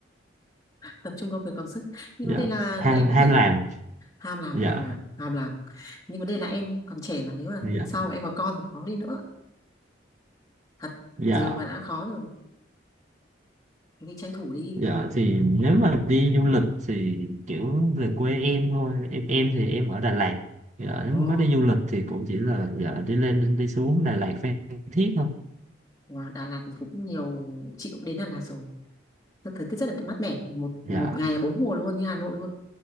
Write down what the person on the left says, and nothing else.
tập trung công việc còn sức nhưng
vấn đề là
em cũng
phải
ham làm
ham làm ham làm nhưng vấn đề là em còn trẻ mà nếu mà
sau mà em có con thì khó đi nữa thật
giờ mà đã khó rồi thì tranh thủ đi
ồ
wow, Đà Lạt thì cũng nhiều chị cũng đến Đà Lạt rồi Rất- thời tiết rất là mát mẻ một
một ngày bốn mùa luôn như Hà Nội luôn